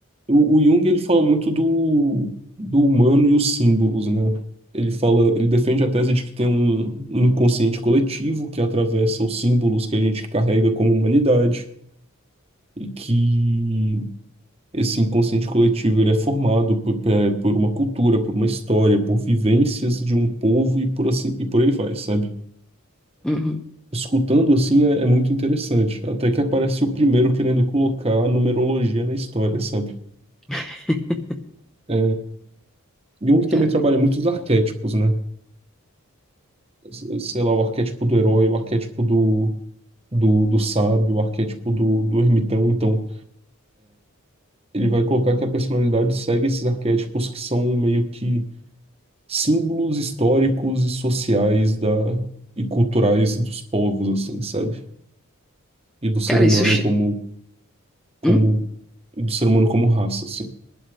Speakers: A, on the right; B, in the centre.
A: o, o Jung ele fala muito do, do humano e os símbolos, né? Ele fala, ele defende a tese de que tem um, um inconsciente coletivo que atravessa os símbolos que a gente carrega como humanidade e que esse inconsciente coletivo ele é formado por, pe- por uma cultura, por uma história, por vivências de um povo e por assim e por aí vai, sabe?
B: Uhum.
A: Escutando assim é, é muito interessante. Até que aparece o primeiro querendo colocar a numerologia na história, sabe?
B: <laughs>
A: É, Jung
B: Cara,
A: também trabalha muitos arquétipos, né? S- Sei lá, o arquétipo do herói, o arquétipo do, do, do sábio, o arquétipo do, do ermitão. Então, ele vai colocar que a personalidade segue esses arquétipos que são meio que símbolos históricos e sociais da, e culturais dos povos, assim, sabe? E do ser
B: cara,
A: humano
B: isso. Che...
A: como, como,
B: Hum?
A: e do ser humano como raça, assim.